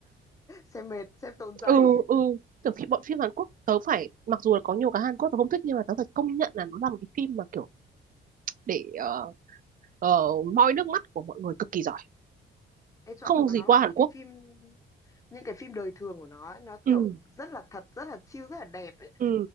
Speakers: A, on the left; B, on the right.
A: xem mệt xem tốn
B: ừ
A: giấy
B: ừ kiểu khi bọn phim Hàn Quốc tớ phải mặc dù là có nhiều cái Hàn Quốc tớ không thích nhưng mà tớ phải công nhận là nó là một cái phim mà kiểu để ờ, ờ, moi nước mắt của mọi người cực kỳ giỏi
A: ê
B: không
A: chuẩn mà
B: gì
A: nó
B: qua
A: làm
B: Hàn
A: những
B: Quốc
A: cái phim những cái phim đời thường của nó ấy, nó
B: ừ
A: kiểu rất là thật rất là chill rất là đẹp ấy
B: ừ